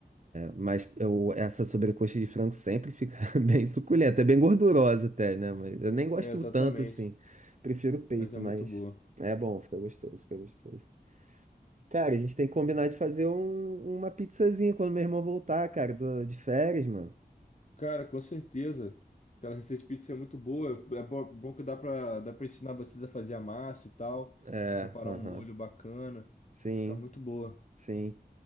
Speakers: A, on the right (about 50°); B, on the left (about 45°).
A: Mas eu, essa sobrecoxa de frango sempre fica <laughs> bem suculenta. É bem gordurosa até, né? Mas eu nem gosto
B: É, exatamente.
A: tanto assim. Prefiro o peito,
B: Mas é
A: mas
B: muito boa.
A: é bom, fica gostoso, fica gostoso. Cara, a gente tem que combinar de fazer um- uma pizzazinha quando meu irmão voltar, cara, do- de férias, mano.
B: Cara, com certeza. Aquela receita de pizza é muito boa. É bo- bom que dá pra, dá pra ensinar vocês a fazer a massa e tal,
A: É,
B: a preparar
A: aham.
B: um molho bacana.
A: Sim,
B: Fica muito boa.
A: sim.